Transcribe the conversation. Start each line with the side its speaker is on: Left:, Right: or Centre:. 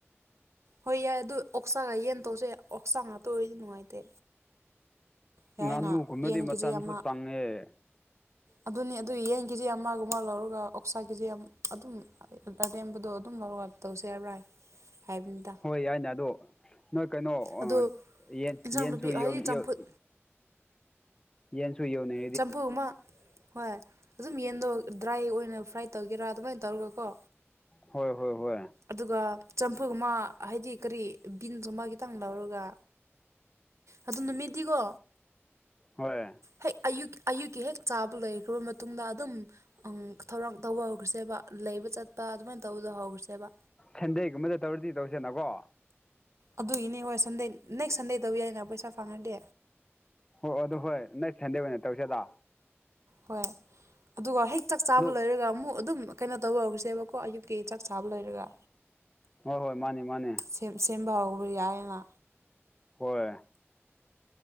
Right: ꯍꯣꯏ ꯌꯥꯏ ꯑꯗꯨ ꯑꯣꯛꯁꯥꯒ ꯌꯦꯟ ꯇꯧꯁꯦ ꯑꯣꯛꯁꯥ ꯉꯥꯛꯇ ꯑꯣꯏꯔꯗꯤ ꯅꯨꯡꯉꯥꯏꯇꯦ ꯌꯥꯏꯅ
Left: ꯉꯥꯅꯨꯒꯨꯝꯕꯗꯤ
Right: ꯌꯦꯟ ꯀꯦꯖꯤ ꯑꯃ
Left: <unintelligible>
Right: ꯑꯗꯨꯅꯦ ꯑꯗꯨ ꯌꯦꯟ ꯀꯦꯖꯤ ꯑꯃꯒꯨꯝꯕ ꯂꯧꯔꯒ ꯑꯣꯛꯁꯥ ꯀꯦꯖꯤ ꯑꯝ ꯑꯗꯨꯝ ꯑꯔꯦꯝꯕꯗꯣ ꯑꯗꯨꯝ ꯂꯧꯔ ꯇꯧꯁꯦ ꯍꯥꯏꯕ꯭ꯔꯥ ꯍꯥꯏꯕꯅꯤ
Left: ꯍꯣꯏ ꯌꯥꯏꯅꯦ ꯑꯗꯣ ꯅꯣꯏ ꯀꯩꯅꯣ
Right: ꯑꯗꯣ
Left: ꯑꯥ ꯌꯦꯟ
Right: ꯏꯟꯁꯥꯡ
Left: ꯌꯦꯟꯁꯨ
Right: ꯅꯨꯄꯤ ꯍꯥꯏꯗꯤ
Left: ꯌꯣꯟ
Right: ꯆꯝꯐꯨꯠ
Left: ꯌꯣꯟ ꯌꯦꯟꯁꯨ ꯌꯣꯟꯂꯤ
Right: ꯆꯝꯐꯨ ꯑꯃ ꯍꯣꯏ ꯑꯗꯨꯝ ꯌꯦꯟꯗꯣ ꯗ꯭ꯔꯥꯏ ꯑꯣꯏꯅ ꯐ꯭ꯔꯥꯏ ꯇꯧꯒꯦꯔꯥ ꯑꯗꯨꯃꯥꯏꯅ ꯇꯧꯔꯒꯀꯣ
Left: ꯍꯣꯏ ꯍꯣꯏ ꯍꯣꯏ
Right: ꯑꯗꯨꯒ ꯆꯝꯐꯨꯠꯒꯨꯝꯃ ꯍꯥꯏꯗꯤ ꯀꯔꯤ ꯕꯤꯟꯁꯀꯨꯝꯕ ꯈꯤꯇꯪ ꯂꯧꯔꯒ ꯑꯗꯨꯝ ꯅꯨꯃꯤꯠꯗꯤꯀꯣ
Left: ꯍꯣꯏꯌꯦ
Right: ꯍꯦꯛ ꯑꯌꯨꯛ ꯑꯌꯨꯛꯀꯤ ꯍꯦꯛ ꯆꯥꯕ ꯂꯩꯈ꯭ꯔꯕ ꯃꯇꯨꯡꯗ ꯑꯗꯨꯝ ꯑꯪ ꯊꯧꯔꯥꯡ ꯇꯧꯕ ꯍꯧꯈ꯭ꯔꯁꯦꯕ ꯂꯩꯕ ꯆꯠꯄ ꯑꯗꯨꯃꯥꯏꯅ ꯇꯧꯕꯗ ꯍꯧꯈ꯭ꯔꯁꯦꯕ
Left: ꯁꯟꯗꯦꯒꯨꯝꯕꯗ ꯇꯧꯔꯗꯤ ꯇꯧꯁꯦꯅꯀꯣ
Right: ꯑꯗꯨꯒꯤꯅꯤ ꯍꯣꯏ ꯁꯟꯗꯦ ꯅꯦꯛꯁ ꯁꯟꯗꯦ ꯇꯧ ꯌꯥꯏꯅ ꯄꯩꯁꯥ ꯐꯪꯉꯗꯤ
Left: ꯑꯣ ꯍꯣꯏ ꯑꯗꯣ ꯍꯣꯏ ꯅꯦꯛꯁ ꯁꯟꯗꯦ ꯑꯣꯏꯅ ꯇꯧꯁꯦꯗ
Right: ꯍꯣꯏ ꯑꯗꯨꯒ ꯍꯦꯛ ꯆꯥꯛ ꯆꯥꯕ
Left: ꯑꯗꯨ
Right: ꯂꯣꯏꯔꯒ ꯑꯃꯨꯛ ꯑꯗꯨꯝ ꯀꯩꯅꯣ ꯇꯧꯕ ꯍꯧꯔꯁꯦꯕꯀꯣ ꯑꯌꯨꯛꯀꯤ ꯆꯥꯛ ꯆꯥꯕ ꯂꯣꯏꯔꯒ
Left: ꯍꯣꯏ ꯍꯣꯏ ꯃꯥꯅꯦ ꯃꯥꯅꯦ
Right: ꯁꯦꯝ ꯁꯦꯝꯕ ꯍꯧꯕ ꯌꯥꯏꯌꯦꯅ
Left: ꯍꯣꯏ